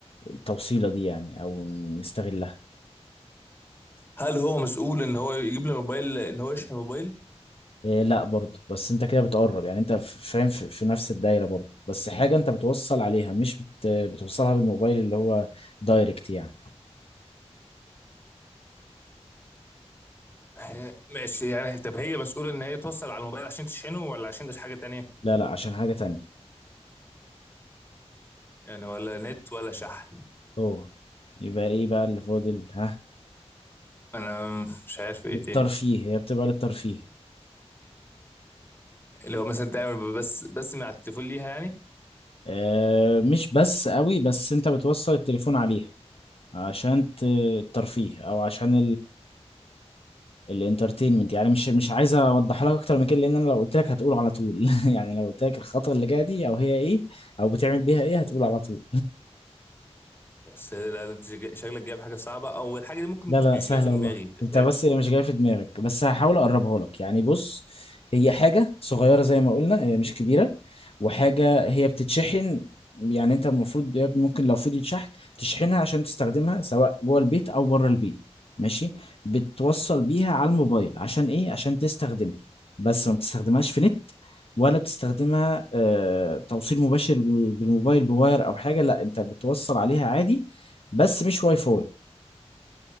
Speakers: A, on the left; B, on the left.
A: التوصيلة دي يعني او نستغلها
B: هل هو مسؤول إن هو يجيب لي موبايل إن هو يشحن موبايل
A: إيه لا برضه بس انت كده بتقرب يعني انت ف- فاهم في في نفس الدايرة برضه بس حاجة انت بتوصل عليها مش بت... بتوصلها بالموبايل اللي هو دايركت يعني
B: آه، ماشي يعني طب هي مسؤولة إن هي توصل على الموبايل عشان تشحنه ولا عشان ده حاجة تانية
A: لا لا عشان حاجة تانية
B: يعني ولا نت ولا شحن
A: اوه يبقى ايه بقى اللي فاضل ها
B: انا مش عارف ايه
A: للترفيه
B: تاني
A: هي بتبقى للترفيه
B: لو مثلا تعمل بس بس من على التليفون ليها يعني
A: آه مش بس قوي بس انت بتوصل التليفون عليها عشان ت- الترفيه او عشان الانترتينمنت يعني مش مش عايز اوضح لك اكتر من كده لان انا لو قلت لك هتقول على طول <laughs> يعني لو قلت لك الخطوه اللي جايه دي او هي ايه او بتعمل بيها ايه هتقول على طول
B: بس لا ده انت شك- شكلك جايب حاجه صعبه او الحاجه دي ممكن
A: لا لا
B: مش
A: سهلة
B: جايه في دماغي
A: والله
B: انت
A: انت
B: فاهم
A: بس مش جاي في دماغك بس هحاول اقربها لك يعني بص هي حاجة صغيرة زي ما قلنا هي مش كبيرة وحاجة هي بتتشحن يعني انت المفروض يا ابني ممكن لو فضيت شحن تشحنها عشان تستخدمها سواء جوه البيت او بره البيت ماشي بتوصل بيها على الموبايل عشان ايه عشان تستخدمها بس ما بتستخدمهاش في نت ولا بتستخدمها آه توصيل مباشر بال- بالموبايل بواير او حاجة لا انت بتوصل عليها عادي بس مش واي فاي